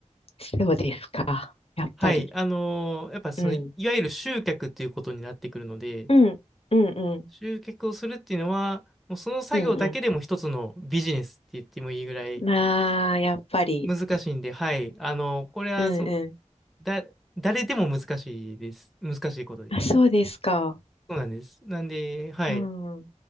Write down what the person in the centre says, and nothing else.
はい、あのーやっぱその、
いわゆる集客っていうことになってくるので、
集客をするっていうのは、もうその作業だけでも一つのビジネスって言ってもいいぐらい
難しいんで、はい、あのこれはその、
だ、誰でも難しいです。難しいことです。
そうなんです。なんで、はい。